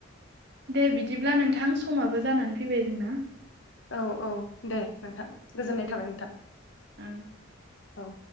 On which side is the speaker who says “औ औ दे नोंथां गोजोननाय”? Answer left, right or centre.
Left